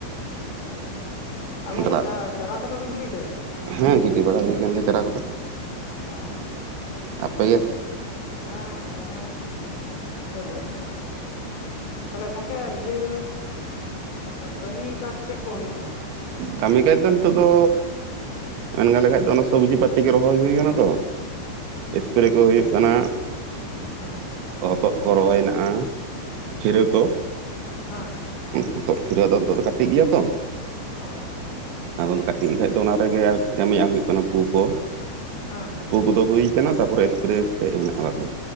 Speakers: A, on the left; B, on the right.
A: ᱟᱨ ᱜᱚᱝᱠᱮ
B: ᱫᱟᱜ
A: ᱪᱟᱨᱟ ᱠᱚᱫᱚ ᱵᱮᱱ ᱜᱤᱲᱤ ᱠᱟᱫᱟ ᱛᱚ
B: ᱦᱮᱸ ᱜᱤᱰᱤ ᱵᱟᱲᱟ ᱦᱩᱭ ᱟᱠᱟᱱ ᱜᱮᱭᱟ ᱪᱟᱨᱟ ᱠᱚᱫᱚ
A: ᱚ
B: ᱟᱯᱮ ᱜᱮ
A: ᱦᱮᱸ ᱟᱞᱮ ᱦᱚᱸ ᱜᱤᱲᱤ ᱫᱚ ᱦᱳᱭ ᱠᱟᱱᱟ ᱾ ᱛᱟᱞᱮ ᱜᱚᱝᱠᱮ ᱤᱭᱟᱹ ᱠᱟᱹᱢᱤ ᱠᱟᱡ ᱪᱮᱫ ᱠᱚ ᱦᱳᱭᱳᱜ ᱠᱟᱱᱟ?
B: ᱠᱟᱹᱢᱤ ᱠᱷᱟᱡ ᱫᱚ ᱱᱤᱛᱚᱜ ᱫᱚ, ᱢᱮᱱ ᱜᱟᱱ ᱞᱮᱠᱷᱟᱡ ᱫᱚ ᱚᱱᱟ ᱥᱚᱵᱡᱽᱤ ᱯᱟᱛᱤ ᱠᱚ ᱨᱚᱦᱚᱭ ᱦᱩᱭ ᱠᱟᱱᱟ ᱛᱚ ᱮᱥᱯᱮᱨᱮ ᱠᱚ ᱦᱩᱭᱩᱜ ᱠᱟᱱᱟ ᱾
A: ᱚ
B: ᱦᱚᱛᱚᱫ ᱠᱚ ᱨᱚᱦᱚᱭ ᱦᱮᱱᱟᱜᱼᱟ ᱪᱤᱨᱟᱹ
A: ᱚ
B: ᱠᱚ
A: ᱦᱮᱸ
B: ᱦᱚᱛᱚᱫ ᱠᱷᱤᱨᱟᱹ ᱫᱚ ᱱᱤᱛᱚᱜ ᱫᱚ ᱠᱟᱹᱴᱤᱡ ᱜᱮᱭᱟ ᱛᱚ,
A: ᱚ
B: ᱟᱫᱚ ᱠᱟᱹᱴᱤᱡ ᱠᱷᱟᱡ ᱫᱚ ᱚᱱᱟ ᱨᱮᱜᱮ ᱟᱨᱠᱤ ᱠᱟᱹᱢᱤᱭᱟᱜ ᱦᱳᱭᱳᱜ ᱠᱟᱱᱟ ᱯᱩ ᱠᱚ
A: ᱦᱮᱸ
B: ᱯᱩ ᱠᱚᱫᱚ
A: ᱦᱮᱸ
B: ᱦᱩᱭ ᱠᱟᱱᱟ ᱛᱟᱯᱚᱨᱮ ᱮᱥᱯᱮᱨᱮ ᱛᱮᱫ ᱦᱮᱱᱟᱜᱼᱟ ᱵᱟᱠᱤ